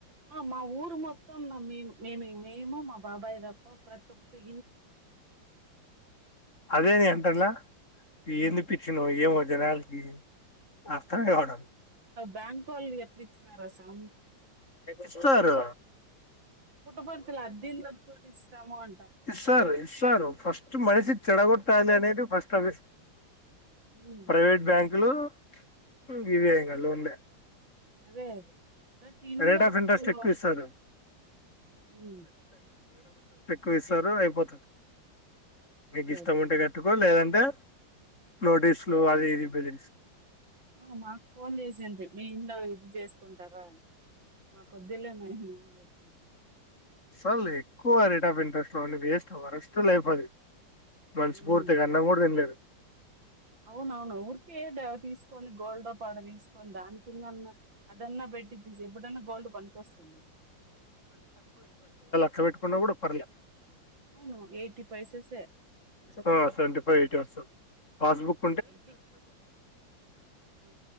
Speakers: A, on the right; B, on the left.
A: మా ఊరు మొత్తం మేము మేమే ఇ మేము మా బాబాయ్ తప్ప ప్రతి ఒక్క ఇ
B: అదే నే అంటడ్లా ఏంది
A: ఉమ్
B: పిచ్చినో ఏమో జనాలకి అర్ధం కావడంలా
A: బ్యాంకొల్లు ఎట్ల ఇచ్చినారో స్వామి
B: ఇస్తారు
A: పుట్టపర్తి లో అద్దీలు కట్టుకొని ఇస్తాము అ
B: ఇస్సరు ఇస్సరు ఫస్ట్ మనిషి చెడగొట్ ఉంటాది లే అనేది ఫస్ట్ ఆఫీస్
A: ఉమ్
B: ప్రవేట్ బ్యాంకులు మ్మ్ ఇవే ఇంగ లోన్లే
A: అదే చిన్నపుర్
B: రేట్ ఆఫ్ ఇంట్రెస్ట్
A: లో
B: ఎక్కువ
A: వుంది
B: ఇస్తారు
A: అంట మ్మ్
B: ఉ ఇస్తారు అయిపోతుంది నీకు
A: అదే
B: ఇష్టం
A: అదే
B: ఉంటే కట్టుకో లేదంటే అ నోటీస్లు అది ఇది బెదిరిస్
A: ఆ మాకు ఫోన్ చేసేంత మీ ఇంట్లో ఇది చేసుకుంటారా అని మాకొద్దులే నహి అని చెప్ అ
B: అసార్ ఎక్కువ రేట్ ఆఫ్ ఇంట్రెస్ట్ లోని వేస్ట్ వరస్ట్ లే అయిపోది మనస్ఫూర్తిగా
A: ఉమ్
B: అన్నం కూడా తినలేదు
A: అవునవును ఊరికేద తీసుకొని గోల్డో పాడ తీసుకొని దాని కిందన్నా అదన్నా పెట్టి తీసి ఎప్పుడన్నా గోల్డ్ పనికొస్తుంది
B: చ బెట్టు కున్న కూడా పర్లేదు
A: అవును ఎయిటీ పైసెసే ఇంట్రెస్ట్
B: ఆ సెవెంటీ ఫైవ్ ఎయిట్ వస్తాయి ఫస్బుక్
A: ఎయిటీ ఆ